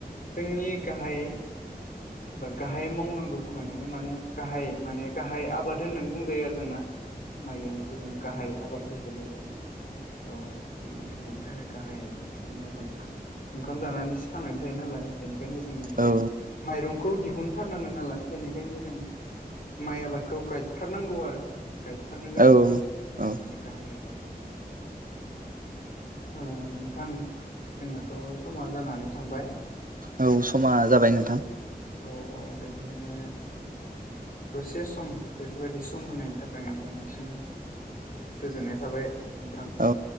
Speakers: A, on the left (about 60°); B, on the right (about 60°).
A: जोंनि गाहाय,
B: <inaudible>
A: एबा गाहाय मावनांगौ खामानियानो माने गाहाय माने गाहाय आबाद होननानै बुंजायो आरो जोंना माइ गायनायखौ जों गाहाय आबाद हिसाबै औ औ जोंनि सुबुंनि थाखाय गाहाय आबाद मानोना जों ओंखाम जानानै थि थांनानै थायो नालाय बेनिखायनो जोङो
B: औ
A: माइरं खौ दिहुनथारनांगोन नालाय बेनिखायनो जों माइ आबादखौ गायथारनांगौ आरो गायथारनो गोनां
B: औ
A: आबाद
B: औ
A: माने गाहाय आबाद ओ नोंथां जोंहाथ' समा जानानै, थांबाय ओ
B: औ समा जाबाय नोंथां
A: औ औ बेनिखायनो, दसे सम बेफोरबायदि सम होनायनि थाखाय नोंथांनिसिम, गोजोननाय थाबाय। नोंथां
B: औ